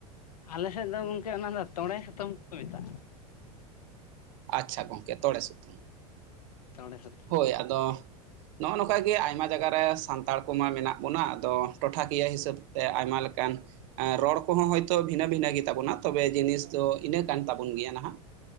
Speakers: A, on the left; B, on the right.
A: ᱟᱞᱮ ᱥᱮᱫ ᱫᱚ ᱜᱚᱝᱠᱮ ᱚᱱᱟ ᱫᱚ ᱛᱚᱸᱲᱮ ᱥᱩᱛᱟᱹᱢ ᱠᱚ ᱢᱮᱛᱟᱜᱼᱟ,
B: ᱟᱪᱪᱷᱟ ᱜᱚᱝᱠᱮ ᱛᱚᱲᱮ ᱥᱩᱛᱩᱢ᱾
A: ᱛᱚᱸᱲᱮ ᱥᱩᱛ
B: ᱦᱳᱭ ᱟᱫᱚ ᱱᱚᱜᱼᱚ ᱱᱚᱝᱠᱟ ᱜᱮ ᱟᱭᱢᱟ ᱡᱟᱭᱜᱟ ᱨᱮ ᱥᱟᱱᱛᱟᱲ ᱠᱚᱢᱟ ᱢᱮᱱᱟᱜ ᱵᱚᱱᱟ ᱟᱫᱚ, ᱴᱚᱴᱷᱟ ᱠᱤᱭᱟᱹ ᱦᱤᱥᱟᱹᱵᱽ ᱛᱮ ᱟᱭᱢᱟ ᱞᱮᱠᱟᱱ ᱮᱸ ᱨᱚᱲ ᱠᱚᱦᱚᱸ ᱦᱚᱳᱭᱛᱳ ᱵᱷᱤᱱᱟᱹ ᱵᱷᱤᱱᱟᱹ ᱜᱮ ᱛᱟᱵᱚᱱᱟ ᱛᱚᱵᱮ ᱡᱤᱱᱤᱥ ᱫᱚ ᱤᱱᱟᱹ ᱠᱟᱱ ᱛᱟᱵᱚᱱ ᱜᱮᱭᱟ ᱱᱟᱦᱟᱜ᱾